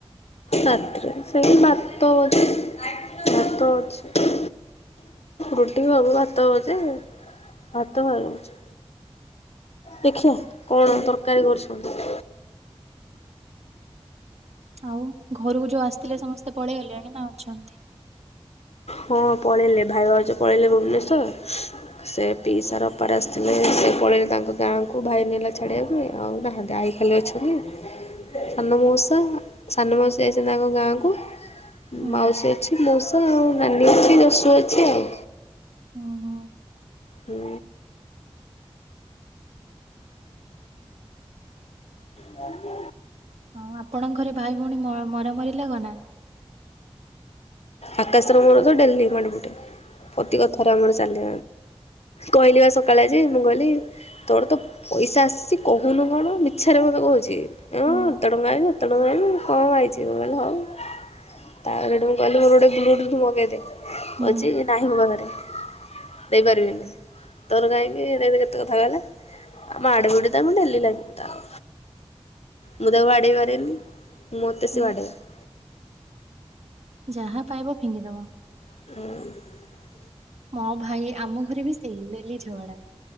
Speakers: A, on the left; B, on the right.
A: ରାତିରେ ସେଇ ଭାତବୋଧେ। ଭାତ ଅଛି ରୁଟି ଭାତ ହଉଛି ଭାତ ଉଛି ଦେଖିବା କଣ ତରକାରୀ କରୁଛନ୍ତି
B: ଆଉ ଘରକୁ ଯୋଉ ଆସିଥିଲେ ସମସ୍ତେ ପଳେଇଗଲେଣି ନା ଅଛନ୍ତି?
A: ହଁ ପଳେଇଲେ ଭାଇ ଭାଉଜ ପଳେଇଲେ ଭୁବନେଶ୍ଵର ସେ ପିଇସାର ଅପାର ଆସିଥିଲେ ସେ ପଳେଇଲେ ତାଙ୍କ ଗାଁକୁ ଭାଇ ନେଲା ଛାଡିବାକୁ ଆଉ ହ୍ୟାଲୋ ଅଛନ୍ତି ସାନମାଉସା ସାନମାଉସୀ ଯାଇଛନ୍ତି ତାଙ୍କ ଗାଁକୁ
B: ହୁଁ
A: ମାଉସୀ ଅଛି ମଉସା ଆଉ ନାନୀ ଅଛି ଯଶୁ ଅଛି ଆଉ
B: ଓହୋ
A: ହୁଁ ହ
B: ହଁ ଆପଣଙ୍କ ଘରେ ଭାଇ ଭଉଣୀ ମରାମରି ଲାଗନା?
A: ଆକାଶର ମୋର ତ ଡେଲି ବାଡ଼ାପିଟା ପ୍ରତି କଥାରେ ଆମର ଚାଲେ କହିଲି ବା ସକାଳେ ଯେ ମୁଁ ଗଲି ତୋର ତ ପଇସା ଆସିଛି କହୁନୁ କଣ ମିଛାରେ ଭବେ କହୁଛି ହଁ
B: ହୁଁ।
A: ଏତେ ଟଙ୍କା ଆଇ କେତେ ଟଙ୍କା ଆଇଲା କମ୍ ଆଇଛି ମୁ କହିଲି ହଉ ତାପରେ ମୁଁ କହିଲି ମୋର ଗୋଟ ବ୍ଲୁଟୁଥ ମଗେଇଦେ
B: ହୁଁ।
A: ଅଛି କି ନାହିଁ ମୋ ପାଖରେ ଦେଇପାରିବିନି। ତର କାହିଁକି ଏ କେତେ କଥା କଲା ଆଉ ମାଡ ବଡ ତ ମୁ ଡାଲି ଲାଗିବି ତାଉ ମୁଁ ତାକୁ ବାଡେଇ ପାରେନି ମୋତ
B: ହୁଁ।
A: ସେ ବାଡ଼େଇବା।
B: ଯାହା ପାଇବ ଫିଙ୍ଗିଦବ।
A: ହୁଁ
B: ମୋ ଭାଇ ଆମ ଘରେ ବି ସେଇ ଡେଲି ଝଗଡା।